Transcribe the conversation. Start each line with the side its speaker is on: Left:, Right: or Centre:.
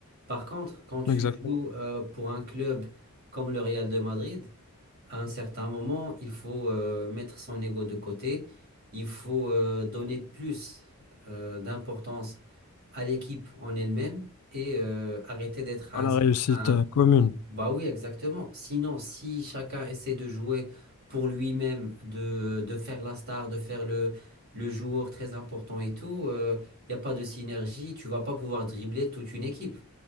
Right: Par contre, quand tu
Left: exactement.
Right: joues euh, pour un club comme le Real de Madrid, à un certain moment, il faut euh, mettre son ego de côté, il faut euh, donner plus euh, d'importance à l'équipe en elle-même et euh, arrêter d'être un
Left: À la
Right: certain...
Left: réussite
Right: un-
Left: euh, commune.
Right: Bah oui, exactement. Sinon, si chacun essaie de jouer pour lui-même, de, de faire la star, de faire le, le joueur très important et tout, il n'y a pas de synergie, tu vas pas pouvoir dribbler toute une équipe.